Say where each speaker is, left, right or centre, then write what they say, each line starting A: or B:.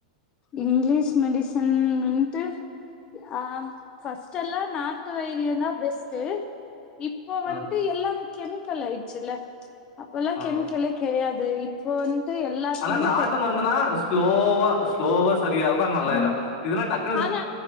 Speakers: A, on the left (about 25°); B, on the left (about 60°).
A: இங்கிலிஷ் மெடிசன் வந் தி ஆம் ஃபஸ்ட் எல்லா நா <unintelligible> த்து இப்போ
B: ஆ
A: வன்டு எல்லாரு கெமிக்கல் ஆயிச்சுல அப்பெல்லா
B: ஆ
A: கெமிக்கலே கிடையாது அது இப்போந் இது எல்லாத்துமே
B: ஆனா நாட்டு மருந்துனா ஸ்லோவா ஸ்லோ சேரியா ஆவும் ஆனா நல்லாயிரு
A: ம்
B: இதுனா டக்
A: ஆனா